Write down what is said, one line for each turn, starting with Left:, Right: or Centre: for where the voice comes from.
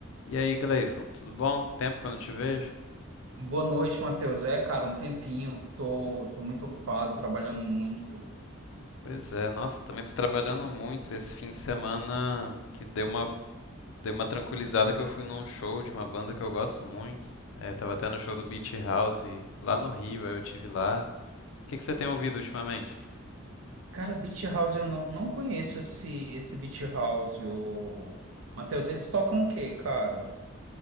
Left: E aí, Gleison, tudo bom? Tempo que eu não te vejo?
Right: Boa noite, Matheus. É, cara, um tempinho. Tô, tô muito ocupado, trabalhando muito.
Left: Pois é, nossa, também tô trabalhando muito esse fim de semana que deu uma, deu uma tranquilizada que eu fui num show de uma banda que eu gosto muito. É, tava até no show do Beach House lá no Rio, aí eu tive lá. O que que você tem ouvido ultimamente?
Right: Cara, Beach House, eu não, não conheço esse, esse Beach House. O... Matheus, eles tocam o quê, cara?